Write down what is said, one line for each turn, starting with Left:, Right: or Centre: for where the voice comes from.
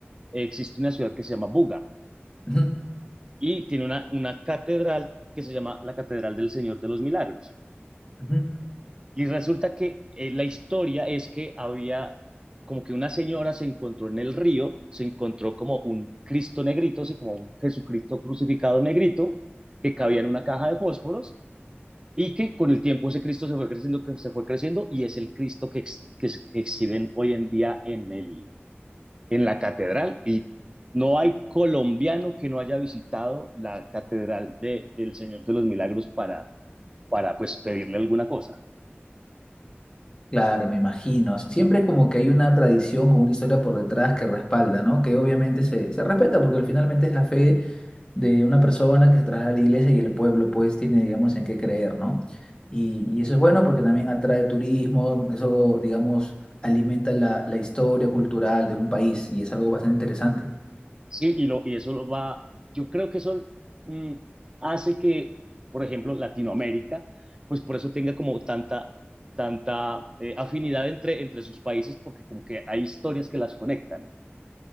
Right: existe una ciudad que se llama Buga
Left: Ujú,
Right: y tiene una, una catedral que se llama la Catedral del Señor de los Milagros.
Left: ujú.
Right: Y resulta que eh, la historia es que había como que una señora se encontró en el río, se encontró como un Cristo negrito, así como un Jesucristo crucificado negrito, que cabía en una caja de fósforos y que con el tiempo ese Cristo se fue creciendo, que se fue creciendo y es el Cristo que, ex, que, que exhiben hoy en día en el, en la catedral y no hay colombiano que no haya visitado la catedral de, del Señor de los Milagros para, para pues pedirle alguna cosa.
Left: Claro, me imagino. Siempre como que hay una tradición con una historia por detrás que respalda, ¿no? Que obviamente se, se respeta porque al finalmente es la fe de una persona que se traslada a la iglesia y el pueblo pues tiene, digamos, en qué creer, ¿no? Y, y eso es bueno porque también atrae turismo, eso, digamos, alimenta la, la historia cultural de un país y es algo bastante interesante.
Right: Sí, y, lo, y eso lo va, yo creo que eso mm, hace que, por ejemplo, Latinoamérica, pues por eso tenga como tanta, tanta eh, afinidad entre, entre sus países, porque como que hay historias que las conectan.